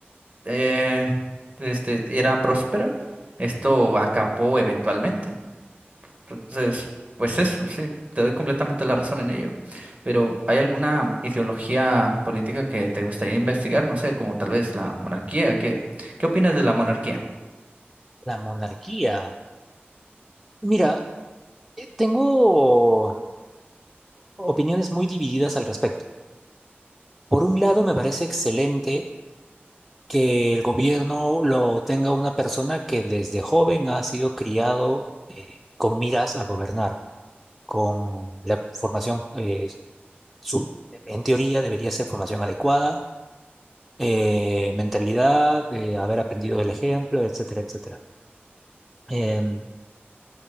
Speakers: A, on the right; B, in the centre.
A: eh, este era próspero, esto acabó eventualmente. Entonces, pues eso, sí, te doy completamente la razón en ello. Pero ¿hay alguna ideología política que te gustaría investigar? No sé, como tal vez la monarquía. ¿Qué, qué opinas de la monarquía?
B: La monarquía. Mira, eh, tengo opiniones muy divididas al respecto. Por un lado, me parece excelente que el gobierno lo tenga una persona que desde joven ha sido criado eh, con miras a gobernar, con la formación, eh, su- en teoría debería ser formación adecuada, eh, mentalidad, eh, haber aprendido del ejemplo, etcétera, etcétera. Em,